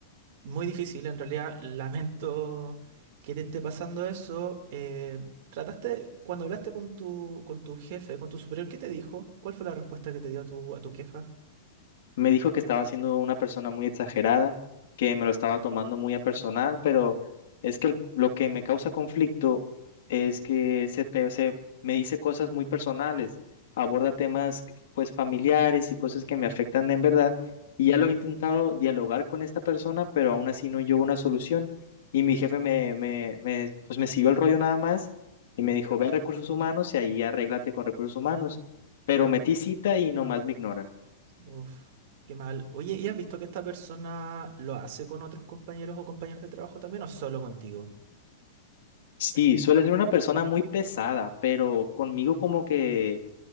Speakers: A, on the right; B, on the left.
A: muy difícil, en realidad lamento que te esté pasando eso. Eh, ¿trataste, cuando hablaste con tu, con tu jefe, con tu superior, qué te dijo? ¿Cuál fue la respuesta que te dio a tu, a tu queja?
B: Me dijo que estaba siendo una persona muy exagerada, que me lo estaba tomando muy a personal, pero es que el- lo que me causa conflicto es que se, te- se me dice cosas muy personales, aborda temas pues familiares y cosas que me afectan en verdad, y ya
A: Ujú.
B: lo he intentado dialogar con esta persona, pero aún así no llegó a una solución, y mi jefe me, me, me, pues me siguió el rollo nada más y me dijo, ve a recursos humanos y ahí arréglate con recursos humanos, pero metí cita y nomás me ignoran.
A: Uf, qué mal. Oye, ¿y has visto que esta persona lo hace con otros compañeros o compañeras de trabajo también o solo contigo?
B: Sí, suele ser una persona muy pesada, pero conmigo como que,